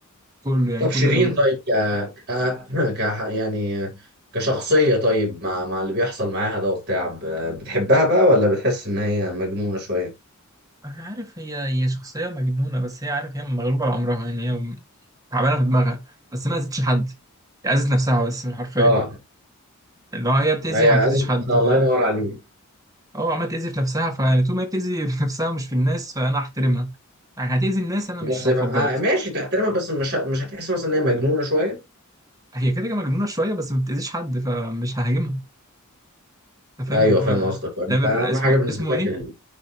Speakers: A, on the right; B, on the right.
A: كله يعني
B: طب
A: كل
B: شيرين
A: الالوان بتاعها.
B: طيب ك ك <clears throat> ك- يعني كشخصية طيب مع مع اللي بيحصل معاها ده وبتاع ب- بتحبها بقى ولا بتحس إن هي مجنونة شوية؟
A: انا عارف هي هي شخصيه مجنونه بس هي عارف هي مغلوبه على امرها يعني هي تعبانه في دماغها بس ما اذتش حد هي اذت نفسها بس بالحرفيه
B: اه
A: اللي هو هي بتأذي
B: هي
A: ما بتأذيش
B: أزمة
A: حد ف
B: الله ينور عليك
A: اه عمالة تأذي في نفسها فيعني طول ما هي بتأذي في نفسها ومش في الناس فأنا هحترمها يعني هتأذي الناس أنا
B: بس
A: مش
B: ما-
A: هفضلك
B: آه ماشي تحترمها بس مش ه- مش هتحس مثلا ان هي مجنونه شويه
A: هي كده كده مجنونة شوية بس ما بتأذيش حد فمش ههاجمها أنت فاهم
B: ايوه
A: اللي هو
B: فاهم قصدك آه، انت
A: تامر
B: اهم
A: اسمه
B: حاجه بالنسبه
A: اسمه إيه؟
B: لك ال-